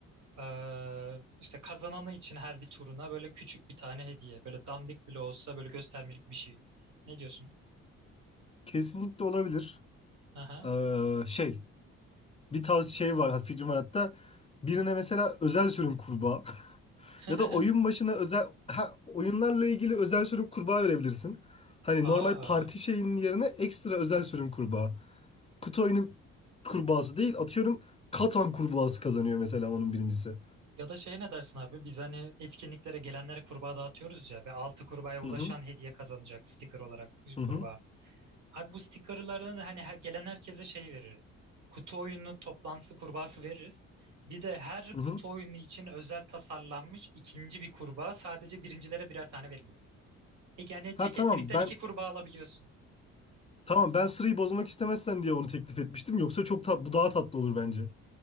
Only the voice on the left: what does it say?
kesinlikle olabilir.
Ee, şey. bir tavsiye şey var fikrim var hatta. Birine mesela özel sürüm kurbağa <laughs>
ya da oyun başına özel ha, oyunlarla ilgili özel sürüm kurbağa verebilirsin. Hani
normal parti şeyinin yerine ekstra özel sürüm kurbağa. Kutu oyunu kurbağası değil atıyorum Katan kurbağası kazanıyor mesela onun birincisi.
Hı hı
hı
hı.
hı
hı.
Ha
tamam
ben
tamam ben sırayı bozmak istemezsen diye onu teklif etmiştim. Yoksa çok tat, bu daha tatlı olur bence.